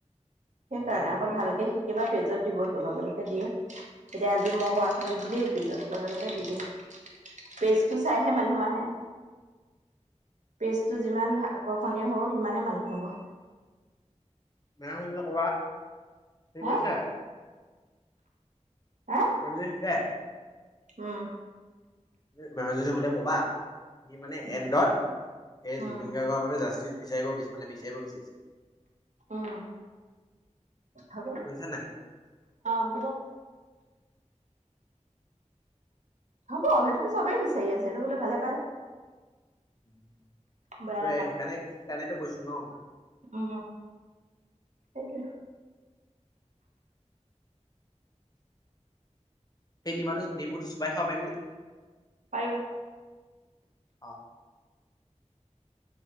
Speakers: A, on the right; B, on the left.
A: সেইকাৰণে
B: মজাই শিকিম
A: অকন ভালকে শিকি কিবা পেজত দিবতো লগে-লগে দিয়ে তেতিয়া আজি মই কৰা খিনিও দিলি পেজত লগে-লগে
B: উম
A: দি দিয়ে। পেজটো চাই হে মানুহ আহে। পেজটো যিমান ভাল- আকৰ্ষণীয় হ'ব সিমানে মানুহ হ'ব।
B: বেয়া শুনিলে কবা থিক
A: হা
B: হৈছে?
A: হা
B: <unintelligible>
A: উম,
B: মেমে যদি সুধে- কবা সি মানে
A: উম
B: এণ্ডত সেই
A: উম
B: জুবিন গাৰ্গৰ বাবে জাষ্ট টিছ বিচাৰিব বিচ মানে বিচাৰিব বিচাৰিছে।
A: উম, হব।
B: শুনিছা নাই
A: অ', হব। হ'ব সেইটোতো চবেই বিচাৰি আছে, সেইটো হলে ভালে পায়।
B: উম,
A: বেয়া
B: সেইটোয়ে সেইকাৰণে সেইকাৰণেতো কৈছো ন' মই।
A: অ, সেইটোৱে।
B: সেই নিমাটো নেমুটো চোবাই খাব পাৰিম নে?
A: পাৰিবা।
B: অ।